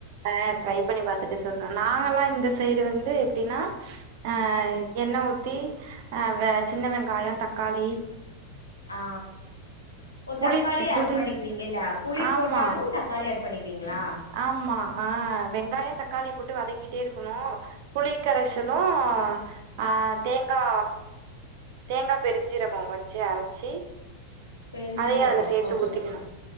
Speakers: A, on the right; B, on the left.
A: ஆ ட்ரை பண்ணி பாத்துட்டு சொல்றே நாங்கல்லா இந்த சைடு வந்து எப்டின்னா ஆ எண்ண ஊத்தி அ வ சின்ன வெங்காயொ தக்காளி
B: ஆ ஓ
A: புளி
B: தக்காளி
A: புளி
B: ஆட் பண்ணிக்குவீங்கல்ல புளி
A: ஆமா
B: போட்டாலு தக் காளி ஆட் பண்ணிக்வீங்ளா?
A: ஆமா ஆ வெங்காயொ தக்காளிய போட்டு வதக்கிகிட்டே இருக்கனு புளி கரைசலு ஆ தேங்கா தேங்கா பெருஞ்சீரகொ வச்சு அரச்சி
B: பெருஞ்சீரகொ
A: அதையு அதுல சேத்து
B: ஓகே
A: ஊத்திக்கணு
B: ஓகே